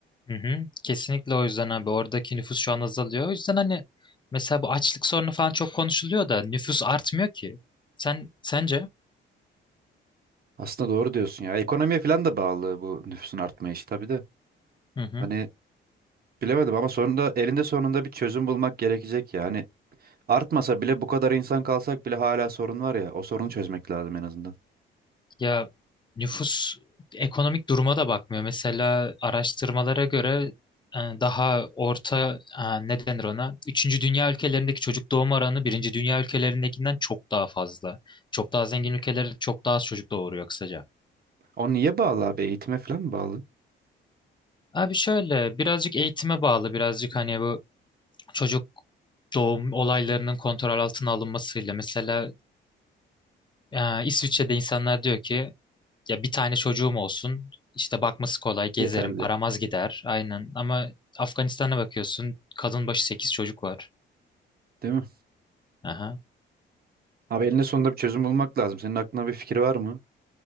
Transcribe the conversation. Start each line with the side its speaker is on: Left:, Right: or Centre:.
Left: hı hı. Kesinlikle o yüzden abi oradaki nüfus şu an azalıyor. O yüzden hani mesela bu açlık sorunu falan çok konuşuluyor da nüfus artmıyor ki. Sen sence?
Right: Aslında doğru diyorsun ya. Ekonomiye falan da bağlı bu nüfusun artma işi tabii de.
Left: Hı hı.
Right: Hani bilemedim ama sonunda elinde sonunda bir çözüm bulmak gerekecek ya. Hani artmasa bile bu kadar insan kalsak bile hala sorun var ya. O sorunu çözmek lazım en azından.
Left: Ya nüfus ekonomik duruma da bakmıyor. Mesela araştırmalara göre e, daha orta e, ne denir ona? Üçüncü dünya ülkelerindeki çocuk doğum oranı birinci dünya ülkelerindekinden çok daha fazla. Çok daha zengin ülkeler çok daha az çocuk doğuruyor kısaca.
Right: O niye bağlı abi? Eğitime falan mı bağlı?
Left: Abi şöyle birazcık eğitime bağlı birazcık hani bu çocuk doğum olaylarının kontrol altına alınmasıyla mesela e, İsviçre'de insanlar diyor ki Ya bir tane çocuğum olsun. işte bakması kolay, gezerim,
Right: Yeterli.
Left: param az gider. Aynen. Ama Afganistan'a bakıyorsun, kadın başı 8 çocuk var.
Right: Değil mi?
Left: Aha.
Right: Abi elinde sonunda bir çözüm bulmak lazım. Senin aklına bir fikir var mı?